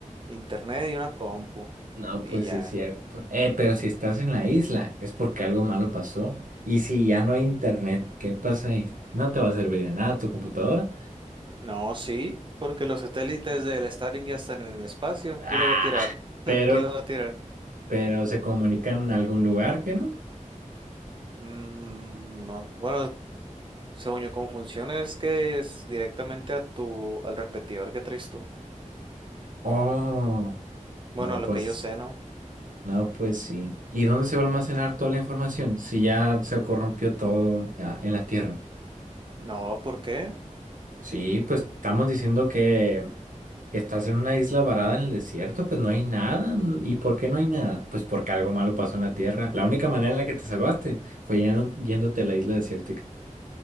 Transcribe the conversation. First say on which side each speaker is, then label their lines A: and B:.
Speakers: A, on the right (about 40°); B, on the right (about 85°).
A: internet y una compu.
B: No,
A: Y
B: pues
A: ya.
B: sí es cierto. Eh, pero si estás en la isla, es porque algo malo pasó. Y si ya no hay internet, ¿qué pasa ahí? No te va a servir de nada tu computadora.
A: No, sí, porque los satélites del Starlink ya están en el espacio.
B: Ah,
A: ¿Quién los va a tirar?
B: pero,
A: <laughs> ¿Quién los va a tirar?
B: pero se comunican en algún lugar que no.
A: Mm, no. Bueno, según yo, cómo funciona es que es directamente a tu, al repetidor que traes tú.
B: Oh,
A: Bueno,
B: no,
A: a lo
B: pues,
A: que yo sé, ¿no?
B: no, pues sí. ¿Y dónde se va a almacenar toda la información si ya se corrompió todo ah, en la Tierra?
A: No, ¿por qué?
B: Sí, pues estamos diciendo que que estás en una isla varada en el desierto, pues no hay nada. ¿no? ¿Y por qué no hay nada? Pues porque algo malo pasó en la Tierra. La única manera en la que te salvaste fue yendo- yéndote a la isla desértica.